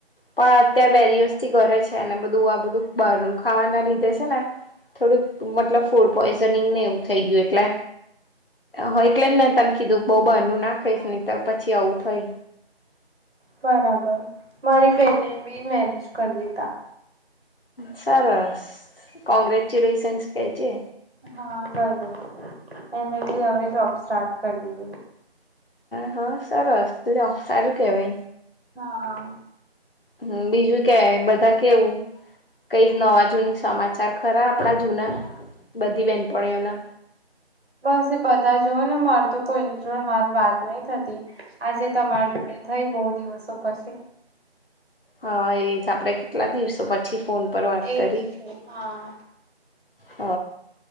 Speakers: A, on the left; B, on the right.
A: પણ અત્યાર
B: બરાબર
A: બે દિવસ થી ઘરે છે અને. બધું આ બધું બહારનું ખાવાના લીધે છે ને થોડુંક મતલબ ફૂડ પોઈઝનિંગ ને એવું થઈ ગયું એટલે હ એટલે જ મેને ત કીધું બહ બહાર ન નાખશ નને તો પછી આવું થઈ.
B: બરાબર મારી બેેને બી મેરેજ કરી દીધા.
A: સરસ. કોંગ્ર્રેચ્યુલેશન્સ ક છે.
B: હા બરાબર એને બી હવે જોબ સ્ટાર્ટ કરી દીધી.
A: હા સરારું સારું કેહેવે.
B: હા.
A: હમ બીજું કેવાય બધા કેવું કઈ નવા જૂની સમાચાર ખરા આપણા જૂના બધી બેનપણીઓના.
B: બસ એ બધા જોઓ ને માર તો કોઈની જોડ હાલ વાત નહી થતી આજે તમારી જોડે થઈ બહુ દિવસો પછી.
A: હા એ જ આપણે કેટલા દિવસો પછી ફોન પર વાત
B: એજ
A: કરી
B: તો હા
A: હ.